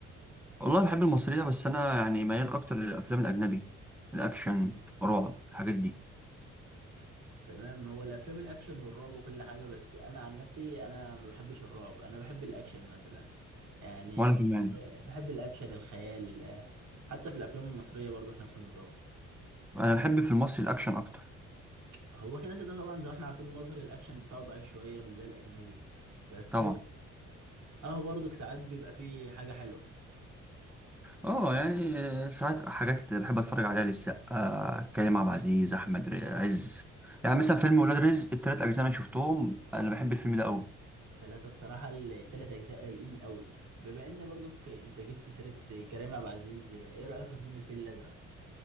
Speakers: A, in the centre; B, on the right.
A: والله بحب المصرية بس أنا يعني ميال أكتر للأفلام الأجنبي الأكشن رعب الحاجات دي
B: تمام هو الافلام الاكشن والرعب وكل حاجه بس انا عن نفسي انا ما بحبش الرعب انا بحب الاكشن مثلا يعني
A: وأنا
B: اه،
A: كمان
B: بحب الاكشن الخيال اه، حتى في الافلام المصريه برضو في نفس النظام
A: أنا بحب في المصري الأكشن أكتر
B: هو كده كده طبعا زي ما احنا عارفين مصر الاكشن بتاعه ضعيف شويه مش زي الاجنبي بس
A: طبعا
B: اهو برضو ساعات بيبقى فيه حاجه حلوه
A: أه يعني آه، ساعات حاجات بحب أتفرج عليها للسقا كريم عبد العزيز أحمد ر- عز يعني مثلا فيلم ولاد رزق التلات أجزاء أنا شفتهم أنا بحب الفيلم ده أوي
B: ثلاثة الصراحة الثلاث أجزاء رايقين قوي بما إن برضك أنت جبت سيرة كريم عبد العزيز إيه رأيك في فيلم الفيل الأزرق؟